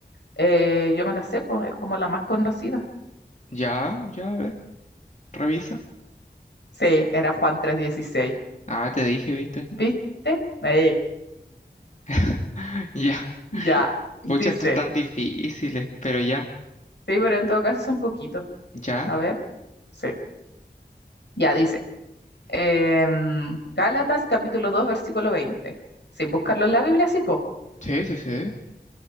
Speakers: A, on the left; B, on the left.
A: eh, yo me la sé, pues, es como la más conocida.
B: Ya, ya, a ver, revisa.
A: Sí, era Juan tres dieciséis.
B: Ah, te dije, ¿viste?
A: ¿Viste? Eh,
B: <laughs> Ya.
A: ya, dice.
B: Pucha, esto es tan difícil, pero ya.
A: Sí, pero en todo caso son poquitos.
B: Ya.
A: A ver, sí, ya dice. em, Gálatas capítulo 2 versículo 20. Sin buscarlo en la Biblia, sí, po.
B: Sí, sí, sí.